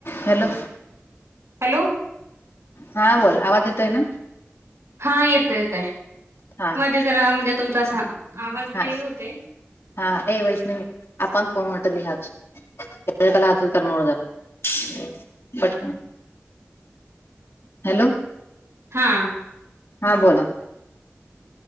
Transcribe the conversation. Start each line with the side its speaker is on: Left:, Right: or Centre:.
Left: Hello
Right: hello
Left: हा बोल आवाज येतोय ना
Right: हा येत येतय
Left: हा
Right: मध्ये जरा म्हणजे तुमचा असा आवाज बरीेही
Left: हा
Right: होतय
Left: हा ए वैष्ण आपण कोण वातो मीहाच ला हतार नोडतर हॅलो
Right: हा
Left: हा बोला